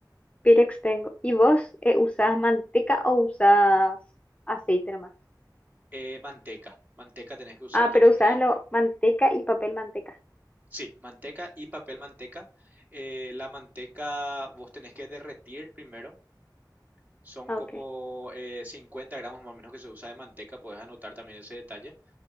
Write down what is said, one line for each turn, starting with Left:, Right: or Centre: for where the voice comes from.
Left: Pirex tengo. ¿Y vos eh, usás manteca o usás aceite nomás?
Right: eh, manteca. Manteca tenés que usar,
Left: Ah,
Right: tenés
Left: pero usás
Right: que...
Left: lo, manteca y papel manteca.
Right: Sí, manteca y papel manteca. Eh, la manteca vos tenés que derretir primero. Son
Left: Ah,
Right: como
Left: ok.
Right: eh, 50 gramos más o menos que se usa de manteca. Podés anotar también ese detalle.